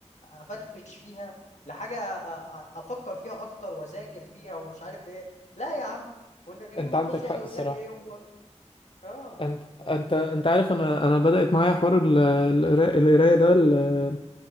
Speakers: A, on the left (about 75°); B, on the left (about 45°).
A: أفرفش فيها لحاجة أ- أ- أفكر فيها أكتر وأذاكر فيها ومش عارف إيه لا يا عم ونجيب
B: انت
A: محفوظ
B: عندك حق
A: يقعد يقول
B: الصراحة
A: لك إيه وم- آه
B: انت انت انت عارف انا انا بدأت معايا حوار ال- القرا- القراية ده ال-